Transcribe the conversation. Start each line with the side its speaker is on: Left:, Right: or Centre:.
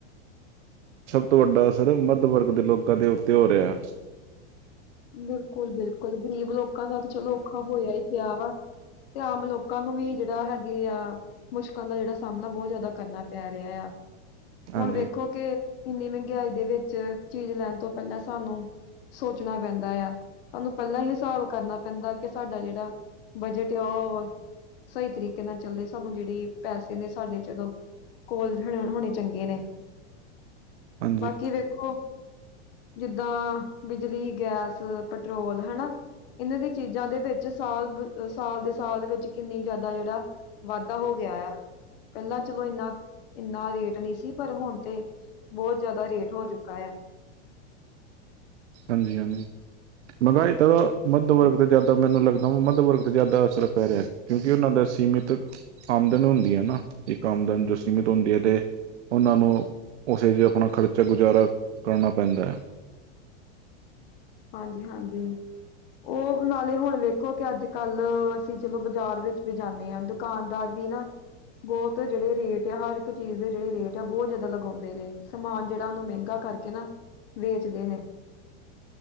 Right: ਸਭ ਤੋਂ ਵੱਡਾ ਅਸਰ, ਮੱਧ ਵਰਗ ਦੇ ਲੋਕਾਂ ਦੇ, ਉੱਤੇ ਹੋ ਰਿਹਾ।
Left: ਬਿਲਕੁਲ- ਬਿਲਕੁਲ ਗ਼ਰੀਬ ਲੋਕਾਂ ਦਾ, ਤੇ ਚਲੋ ਔਖਾ ਹੋਇਆ ਹੀ ਪਿਆ ਵਾ ਤੇ ਆਮ, ਲੋਕਾਂ ਨੂੰ ਵੀ ਜਿਹੜਾ ਹੈਗੇ ਆ। ਮੁਸ਼ਕਲਾਂ ਦਾ ਜਿਹੜਾ, ਸਾਹਮਣਾ ਬਹੁਤ ਜ਼ਿਆਦਾ ਕਰਨਾ ਪੈ ਰਿਹਾ ਆ,
Right: ਹਾਂਜੀ
Left: ਹੁਣ ਵੇਖੋ ਕਿ ਇੰਨੀ ਮਹਿੰਗਾਈ ਦੇ ਵਿੱਚ, ਚੀਜ਼ ਲੈਣ ਤੋਂ ਪਹਿਲਾਂ ਸਾਨੂੰ ਸੋਚਣਾ ਪੈਂਦਾ ਦਾ, ਆ ਸਾਨੂੰ ਪਹਿਲਾਂ ਹੀ, ਹਿਸਾਬ ਕਰਨਾ ਪੈਂਦਾ ਕਿ, ਸਾਡਾ ਜਿਹੜਾ ਬਜਟ ਆ ਉਹ ਸਹੀ ਤਰੀਕੇ ਨਾਲ ਚੱਲੇ, ਸਾਨੂੰ ਜਿਹੜੇ ਪੈਸੇ ਨੇ ਸਾਡੇ, ਚਲੋ ਕੋਲ, ਹੋਣੇ ਚੰਗੇ ਨੇ।
Right: ਹਾਂਜੀ
Left: ਬਾਕੀ ਵੇਖੋ, ਜਿੱਦਾਂ ਬਿਜਲੀ, ਗੈਸ ਪੈਟਰੋਲ, ਹਨਾ ਇਹਨਾਂ ਦੀ, ਚੀਜ਼ਾਂ ਦੇ ਵਿੱਚ, ਸਾਲ, ਸਾਲ ਦੇ ਸਾਲ ਦੇ ਵਿੱਚ ਕਿੰਨੀ ਜ਼ਿਆਦਾ ਜਿਹੜਾ ਵਾਧਾ ਹੋ ਗਿਆ ਆ, ਪਹਿਲਾਂ ਚਲੋ ਇੰਨਾ ਇੰਨਾ ਰੇਟ ਨਹੀਂ ਸੀ, ਪਰ ਹੁਣ ਤੇ ਬਹੁਤ, ਜਿਆਦਾ ਰੇਟ ਹੋ ਚੁੱਕਾ ਆ।
Right: ਹਾਂਜੀ- ਹਾਂਜੀ। ਮਹਿੰਗਾਈ ਦਾ, ਮੱਧ ਵਰਗ ਤੋਂ ਜ਼ਿਆਦਾ ਮੈਨੂੰ ਲੱਗਦਾ ਵਾ ਮੱਧ ਵਰਗ ਤੇ ਜ਼ਿਆਦਾ ਅਸਰ ਪੈ ਰਿਹਾ। ਕਿਉਂਕਿ ਉਹਨਾਂ ਦਾ ਸੀਮਿਤ ਆਮਦਨ ਹੁੰਦੀ ਹੈ ਨਾ, ਇੱਕ ਆਮਦਨ, ਜੋ ਸੀਮਿਤ ਹੁੰਦੀ ਹੈ ਤੇ ਉਹਨਾਂ ਨੂੰ ਉਸੇ ਚ ਆਪਣਾ ਖਰਚਾ, ਗੁਜ਼ਾਰਾ ਕਰਨਾ ਪੈਂਦਾ ਹੈ।
Left: ਹਾਂਜੀ- ਹਾਂਜੀ। ਉਹ ਨਾਲੇ ਹੁਣ ਵੇਖੋ ਕਿ, ਅੱਜ- ਕੱਲ ਅਸੀਂ ਜਦੋਂ ਬਾਜ਼ਾਰ ਵਿੱਚ ਵੀ ਜਾਂਦੇ ਹਾਂ। ਦੁਕਾਨਦਾਰ, ਵੀ ਨਾ ਬਹੁਤ ਜਿਹੜੇ ਰੇਟ ਹੈ, ਹਰ ਇੱਕ ਚੀਜ਼ ਦੇ ਜਿਹੜੇ ਰੇਟ ਆ, ਬਹੁਤ ਜਿਆਦਾ ਲਗਾਉਂਦੇ ਨੇ, ਸਮਾਨ ਜਿਹੜਾ ਉਹਨੂੰ ਮਹਿੰਗਾ ਕਰਕੇ ਨਾ, ਵੇਚਦੇ ਨੇ।